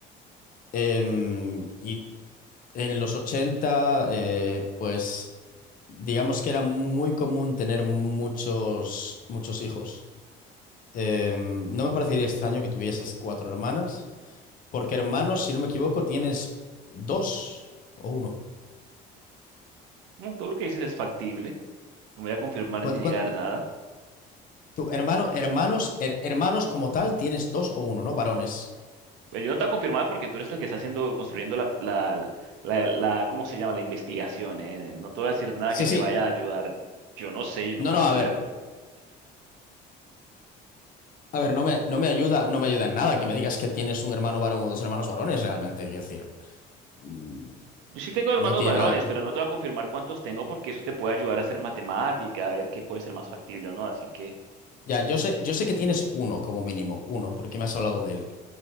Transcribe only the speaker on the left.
em, y en los 80, eh, pues, digamos que era muy común tener muchos, muchos hijos. Eh, no me parecería extraño que tuvieses cuatro hermanas, porque hermanos, si no me equivoco, tienes dos o uno.
¿Cuánto,
cuánto-
tu hermano, hermanos, her- hermanos como tal, tienes dos o uno, ¿no? Varones.
Sí,
sí.
No,
no,
a ver, a ver, no me, no me ayuda, no me ayuda en nada que me digas que tienes un hermano varón o dos hermanos varones, realmente. Quiero decir, mm,
no tiene
nada.
Ya, yo sé, yo sé que tienes uno como mínimo, uno, porque me has hablado de él.